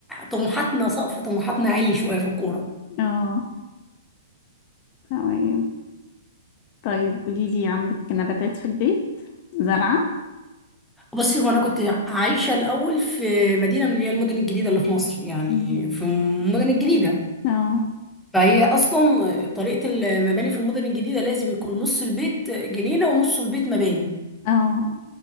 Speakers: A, in the centre; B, on the left.
A: طموحاتنا سقف طموحاتنا عالي شويه في الكوره
B: اه تمام طيب قولي لي عندك نباتات في البيت زرعة
A: بصي هو انا كنت عايشه الاول في مدينه من اللي هي المدن الجديده اللي في مصر يعني
B: مم.
A: في المدن الجديده
B: اه
A: فهي اصلا طريقه المباني في المدن الجديده لازم يكون نص البيت جنينه ونص البيت مباني
B: اه